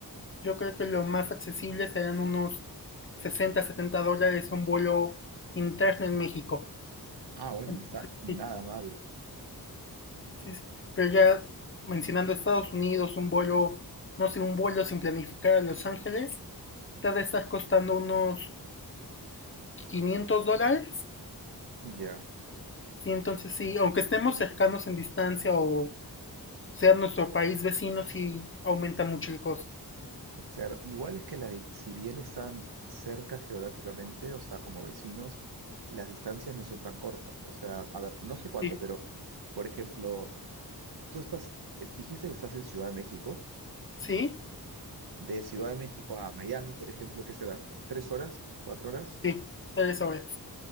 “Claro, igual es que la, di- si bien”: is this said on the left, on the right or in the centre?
Right